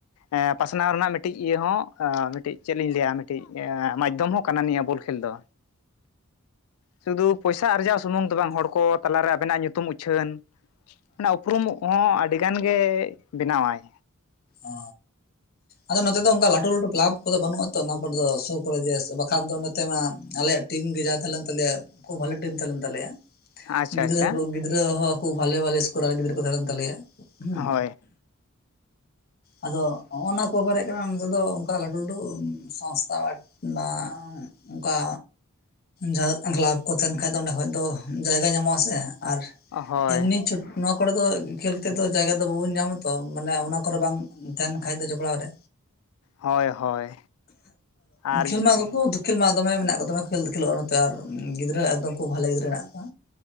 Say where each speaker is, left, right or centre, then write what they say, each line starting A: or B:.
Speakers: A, on the left; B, on the left.
A: ᱮ ᱯᱟᱥᱱᱟᱣ ᱨᱮᱱᱟᱜ ᱢᱤᱫᱴᱤᱡ ᱤᱭᱟᱹ ᱦᱚᱸ ᱢᱤᱫᱴᱤᱡ ᱪᱮᱫ ᱞᱤᱧ ᱞᱟᱹᱭᱟ ᱢᱤᱫᱴᱤᱡ ᱢᱟᱫᱽᱫᱷᱚᱢ ᱦᱚᱸ ᱠᱟᱱᱟ ᱱᱤᱭᱟᱹ ᱵᱚᱞ ᱠᱷᱮᱞ ᱫᱚ ᱥᱩᱫᱩ ᱯᱚᱭᱥᱟ ᱟᱨᱡᱟᱣ ᱥᱩᱢᱩᱝ ᱫᱚ ᱵᱟᱝ ᱦᱚᱲ ᱠᱚ ᱛᱟᱞᱟᱨᱮ ᱟᱵᱮᱱᱟᱜ ᱧᱩᱛᱩᱢ ᱩᱪᱷᱟᱹᱱ ᱢᱟᱱᱮ ᱩᱯᱨᱩᱢ ᱦᱚᱸ ᱟᱹᱰᱤ ᱜᱟᱱ ᱜᱮ ᱵᱮᱱᱟᱣᱟᱭ᱾
B: ᱚ ᱟᱫᱚ ᱱᱚᱛᱮ ᱫᱚ ᱚᱱᱠᱟ ᱞᱟᱹᱴᱩ ᱞᱟᱹᱴᱩ ᱠᱮᱞᱟᱵ ᱠᱚᱫᱚ ᱵᱟᱹᱱᱩᱜᱼᱟ ᱾ ᱛᱚ ᱚᱱᱟ ᱠᱚᱨᱮ ᱫᱚ ᱥᱩᱨ ᱠᱚᱨᱮ ᱜᱮ ᱵᱟᱠᱷᱟᱱ ᱫᱚ ᱱᱚᱛᱮ ᱢᱟ ᱟᱞᱮᱭᱟᱜ ᱴᱤᱢ ᱜᱮ ᱡᱟᱦᱟᱸ ᱛᱟᱦᱮᱸ ᱞᱮᱱ ᱛᱟᱞᱮᱭᱟ ᱠᱷᱩᱵ ᱵᱷᱟᱞᱤ ᱴᱤᱢ ᱛᱟᱦᱮ ᱞᱮᱱ ᱛᱟᱞᱮᱭᱟ
A: ᱟᱪᱪᱷᱟ
B: ᱜᱤᱫᱽᱨᱟᱹ
A: ᱟᱪᱪᱷᱟ
B: ᱠᱚ ᱜᱤᱫᱽᱨᱟᱹ ᱦᱚᱸ ᱠᱷᱩᱵ ᱵᱷᱟᱞᱮ ᱵᱷᱟᱞᱮ ᱥᱠᱳᱨ ᱟᱨ ᱜᱤᱫᱽᱨᱟᱹ ᱠᱚ ᱛᱟᱦᱮᱸ ᱞᱮᱱ ᱛᱟᱞᱮᱭᱟ ᱦᱮᱸ
A: ᱦᱳᱭ
B: ᱟᱫᱚᱜ ᱦᱚᱜᱚᱱᱟ ᱠᱚ ᱵᱟᱨᱮᱫ ᱠᱟᱱᱟ ᱚᱱᱠᱩ ᱫᱚ ᱚᱱᱠᱟ ᱞᱟᱹᱴᱩ ᱞᱟᱹᱴᱩ ᱥᱚᱝᱥᱛᱷᱟ ᱱᱟ ᱚᱠᱟ ᱡᱟᱦᱟᱸ ᱠᱞᱟᱵ ᱠᱚ ᱛᱟᱦᱮᱱ ᱠᱷᱟᱡ ᱫᱚ ᱚᱸᱰᱮ ᱠᱷᱚᱡ ᱫᱚ ᱡᱟᱭᱜᱟ ᱧᱟᱢᱚᱜ ᱟᱥᱮ ᱟᱨ
A: ᱦᱳᱭ
B: ᱮᱢᱱᱤ ᱪ ᱦᱚᱲ ᱫᱚ ᱠᱷᱮᱞ ᱠᱮᱛᱮ ᱫᱚ ᱡᱟᱭᱜᱟ ᱫᱚ ᱵᱟᱵᱚᱱ ᱧᱟᱢᱟ ᱛᱚ ᱢᱟᱱᱮ ᱚᱱᱟ ᱠᱚᱨᱮ ᱵᱟᱝ ᱛᱟᱦᱮᱱ ᱠᱷᱟᱡ ᱫᱚ ᱡᱚᱯᱲᱟᱣ ᱨᱮ
A: ᱦᱳᱭ ᱦᱳᱭ ᱟᱨ
B: ᱠᱷᱮᱞ ᱢᱟ ᱫᱩ ᱠᱚ ᱠᱷᱮᱞ ᱢᱟ ᱫᱚᱢᱮ ᱢᱮᱱᱟᱜ ᱠᱚ ᱫᱚᱢᱮ ᱠᱷᱮᱞ ᱫᱚ ᱠᱷᱮᱞᱚᱜᱼᱟ ᱱᱚᱛᱮ ᱟᱨ ᱜᱤᱫᱽᱨᱟᱹ ᱮᱠᱫᱚᱢ ᱠᱷ ᱵᱷᱟᱮ ᱜᱤᱫᱽᱨᱟᱹ ᱦᱮ ᱠᱚᱣᱟ